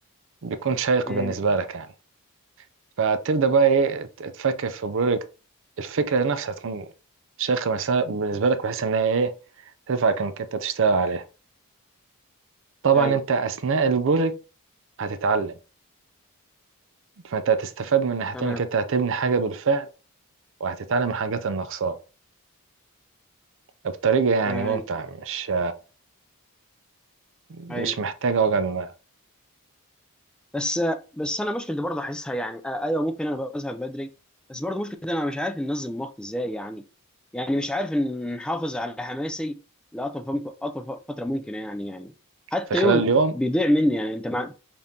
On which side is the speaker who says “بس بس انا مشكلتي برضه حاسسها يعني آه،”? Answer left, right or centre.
Centre